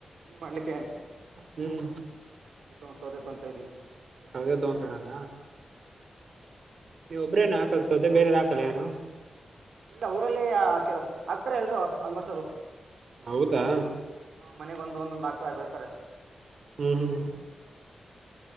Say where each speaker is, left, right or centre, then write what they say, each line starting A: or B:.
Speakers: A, on the right; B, on the right.
A: ಮಾಡ್ಲಿಕ್ಕೆ
B: ಹ್ಮ್
A: ಅದಕ್ಕೆ ಒಂದ ಸೌದೆ ತಕೊಂತೀನಿ
B: ಸೌದೆ ತಕೊಂತೀರೋದ ನೀವ್ ಒಬ್ರೇನ ಹಾಕಲ್ಸೋದ ಬೇರೆಅವ್ರು ಹಾಕಲ್ಲ ಯಾರು
A: ಇಲ್ಲ ಊರಲ್ಲಿ ಆಗ್ತಾರ ಎಲ್ರು ಆಲ್ಮೋಸ್ಟ್ ಅವರು
B: ಹೌದಾ
A: ಮನೆಗೊಂದು ಒಂದೊಂದು ಹಾಕ್ತ ಆಡ್ತಾರೆ
B: ಹ್ಮ್ ಹ್ಮ್